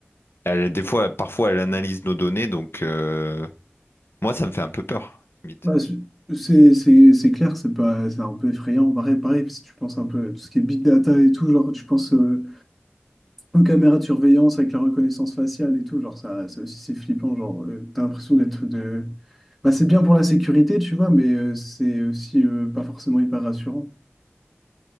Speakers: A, on the left; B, in the centre.
A: elle, des fois, parfois, elle analyse nos données. Donc, euh, moi, ça me fait un peu peur, limite.
B: Bah, c'est c'est- c'est- c'est clair, c'est pas, c'est un peu effrayant. Pareil, pareil, si tu penses un peu à tout ce qui est big data et tout, genre, tu penses. euh, Une caméra de surveillance avec la reconnaissance faciale et tout, genre ça, ça aussi c'est flippant, genre euh, t'as l'impression d'être de... Bah, c'est bien pour la sécurité, tu vois, mais euh, c'est aussi euh, pas forcément hyper rassurant.